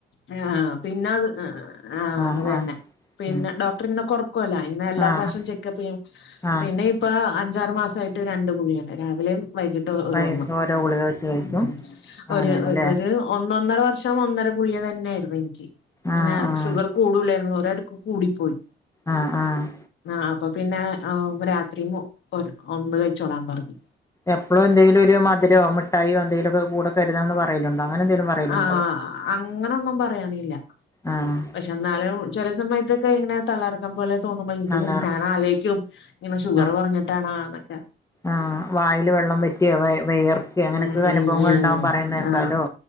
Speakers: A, on the left (about 70°); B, on the left (about 15°).
A: ആഹ് ആ പിന്നത് ആഹ് ആഹ്
B: ആ
A: അത്
B: ആ
A: ന്നെ പിന്നെ
B: ഉം
A: ഡോക് ക്ടറിങ്ങനെ കൊറക്കോലൊ ങ്ങനെ എല്ലാ
B: ആഹ്
A: പ്രാവശ്യം ചെക്കപ്പിയ്യും
B: ആഹ്
A: പിന്നെ ഇപ് ഇപ്പ അഞ്ചാറ് മാസമായിട്ട് രണ്ട് ഗുളിഗേണ് രാവിലേം വൈകിം ട്ടോ ഓരോന്ന്
B: വൈ ഓരോ ഗുളിക വെച്ച് കഴിക്കും
A: ഉം
B: അങ്ങനെയാണല്ലേ
A: ഒര് ഒ ഒര് ഒന്നൊന്നര വർഷം ഒന്നര ഗുളിക തന്നേരുന്നു ഇൻക്
B: ആഹ്
A: ങ്ങനെ
B: ആഹ്
A: ഷുഗർ കൂടൂല്ലായിരുന്നു ഒരടുക്ക് കൂടിപ്പോയി
B: ആഹ് ആഹ്
A: ആഹ് അപ്പോ പിന്നെ ഓ ആവുമ്പം രാത്രീം ഒര് ഒന്ന് കഴിച്ചോളാൻ പറഞ്ഞു.
B: എപ്പളും എന്തെങ്കിലൊരു മധുരോ മിഠായോ എന്തെങ്കിലൊക്കെ കൂടെ കരുതണംന്ന് പറേല്ണ്ടോ? അങ്ങനെ എന്തേലും പറേല്ണ്ടോ?
A: ആഹ് അങ്ങനൊന്നും പറയണില്ല
B: ആഹ്
A: പക്ഷെ എന്നാലും ചെല സമയത്തൊക്കെ ങ്ങനെ തലകറക്കം പോലെ തോന്നുമ്പോ ഇൻക്ക്ത്
B: അല്ലാറ
A: ഞാനാലോയ്ക്കും ങ്ങനെ ഷുഗറ്
B: ആഹ്
A: കൊഞ്ഞിട്ടാണോന്നൊക്കെ
B: ആഹ് വായില് വെള്ളം വെറ്റേ വേ വേയർക്കേ അങ്ങനെക്കെ
A: ഉം
B: അനുഭവങ്ങൾണ്ടാവും
A: ഉം
B: പറയണേക്കാലോ?
A: ആഹ്